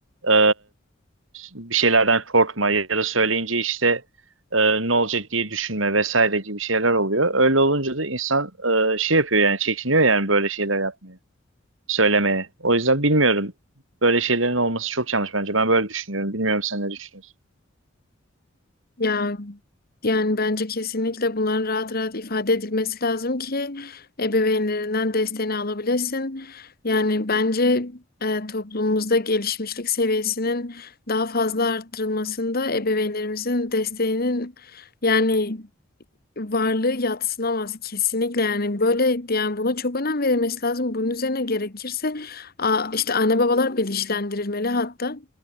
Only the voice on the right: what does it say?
e, bir şeylerden korkma ya da söyleyince işte e, ne olacak diye düşünme vesaire gibi şeyler oluyor. Öyle olunca da insan e, şey yapıyor yani çekiniyor yani böyle şeyler yapmaya, söylemeye. O yüzden bilmiyorum. Böyle şeylerin olması çok yanlış bence. Ben böyle düşünüyorum. Bilmiyorum sen ne düşünüyorsun?